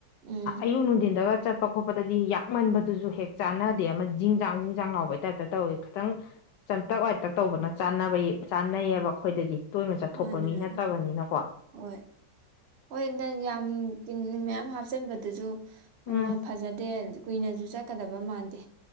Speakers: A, on the right; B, on the left.
A: ꯎꯝ
B: ꯑꯌꯨꯛ ꯅꯨꯡꯊꯤꯟꯗꯒ ꯆꯠꯄ ꯈꯣꯠꯄ ꯄꯗꯗꯤ ꯌꯥꯛꯃꯟꯕꯗꯨꯁꯨ ꯍꯦꯛ ꯆꯥꯟꯅꯗꯦ ꯑꯃ ꯖꯤꯡꯖꯥꯡ ꯖꯤꯡꯖꯥꯡ ꯂꯥꯎꯕꯩ ꯇꯥꯏꯞꯇ ꯇꯧꯋꯤ ꯈꯤꯇꯪ ꯆꯝꯇꯛ ꯋꯥꯏꯇꯛ ꯇꯧꯕꯅ ꯆꯥꯟꯅꯕ ꯆꯥꯟꯅꯩꯌꯦꯕ ꯑꯩꯈꯣꯏꯗꯗꯤ ꯇꯣꯏꯅ ꯆꯠꯊꯣꯛꯄ
A: ꯃꯥꯅꯦ
B: ꯃꯤ
A: ꯃꯥꯅꯦ
B: ꯅꯠꯇꯕꯅꯤꯅꯀꯣ
A: ꯍꯣꯏ ꯍꯣꯏ ꯅꯪ ꯌꯥꯝ ꯆꯤꯟ ꯃꯌꯥꯝ ꯍꯥꯞꯆꯤꯟꯕꯗꯨꯁꯨ
B: ꯎꯝ
A: ꯑꯃ ꯐꯖꯗꯦ ꯀꯨꯏꯅꯁꯨ ꯆꯠꯀꯗꯕ ꯃꯥꯟꯗꯦ